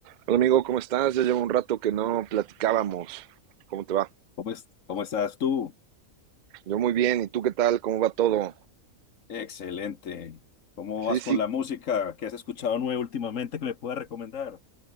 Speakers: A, on the right; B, on the left.
A: Hola amigo, ¿cómo estás? Ya llevo un rato que no platicábamos. ¿Cómo te va?
B: ¿Cómo es- cómo estás tú?
A: Yo muy bien, ¿y tú qué tal? ¿Cómo va todo?
B: Excelente. ¿Cómo vas
A: Sí, sí.
B: con la música? ¿Qué has escuchado nuevo últimamente que me puedas recomendar?